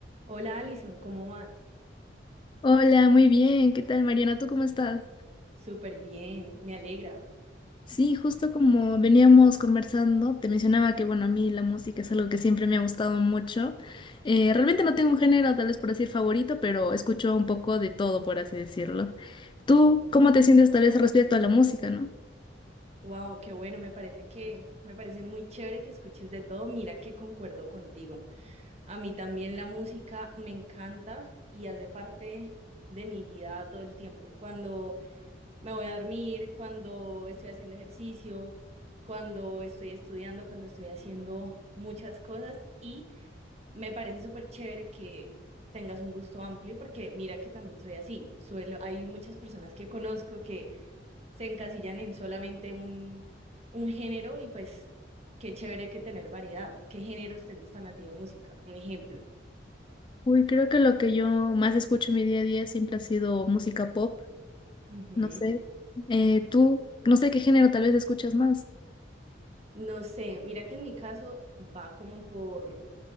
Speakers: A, on the right; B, on the left.
A: Hola Alison, ¿cómo vas?
B: Hola, muy bien. ¿Qué tal, Mariana? ¿Tú cómo estás?
A: Súper bien, me alegra.
B: Sí, justo como veníamos conversando, te mencionaba que, bueno, a mí la música es algo que siempre me ha gustado mucho. Eh, realmente no tengo un género, tal vez por decir favorito, pero escucho un poco de todo, por así decirlo. ¿Tú cómo te sientes tal vez respecto a la música, no?
A: Wow, qué bueno, me parece que me parece muy chévere que escuches de todo. Mira que concuerdo contigo. A mí también la música me encanta y hace parte de mi vida todo el tiempo. Cuando me voy a dormir, cuando estoy haciendo ejercicio, cuando estoy estudiando, cuando estoy haciendo muchas cosas y Me parece súper chévere que tengas un gusto amplio porque mira que también soy así. Suelo, hay muchas personas que conozco que se encasillan en solamente un, un género y pues qué chévere que tener variedad. ¿Qué géneros te gustan a ti de música? Un ejemplo.
B: Uy, creo que lo que yo más escucho en mi día a día siempre ha sido música pop,
A: Ujú.
B: no sé. Eh, tú, no sé qué género tal vez escuchas más.
A: No sé, mira que en mi caso va como por,